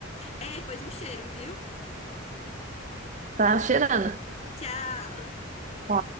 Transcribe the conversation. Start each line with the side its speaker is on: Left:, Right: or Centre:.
Left: Ei, pois um cheiro, viu?
Right: Tá cheirando.
Left: Tchau!
Right: Ó.